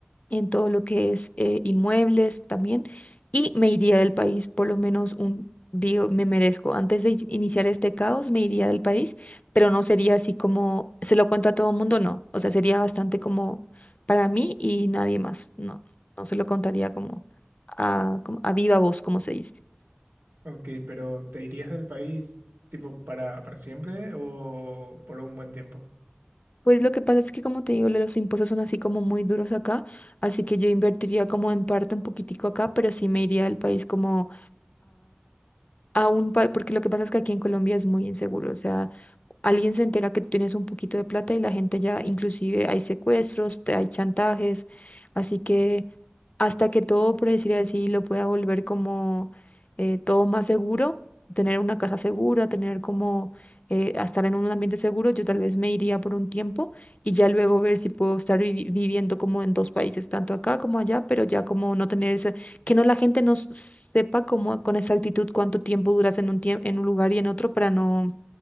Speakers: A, on the left; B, on the right.
A: en todo lo que es eh, inmuebles también, y me iría del país por lo menos un, día me merezco, antes de in- iniciar este caos, me iría del país, pero no sería así como, se lo cuento a todo el mundo, no, o sea, sería bastante como para mí y nadie más, no, no se lo contaría como a, como a viva voz, como se dice.
B: Ok, pero ¿te irías del país tipo para, para siempre o por un buen tiempo?
A: Pues lo que pasa es que, como te digo, los impuestos son así como muy duros acá, así que yo invertiría como en parte un poquitico acá, pero sí me iría al país como a un pa- porque lo que pasa es que aquí en Colombia es muy inseguro, o sea, alguien se entera que tú tienes un poquito de plata y la gente ya, inclusive hay secuestros, te- hay chantajes, así que hasta que todo, por decir así, lo pueda volver como eh, todo más seguro, tener una casa segura, tener como eh, a estar en un ambiente seguro, yo tal vez me iría por un tiempo y ya luego ver si puedo estar vivi- viviendo como en dos países, tanto acá como allá, pero ya como no tener que no la gente no s- sepa cómo con exactitud cuánto tiempo duras en un tiempo en un lugar y en otro para no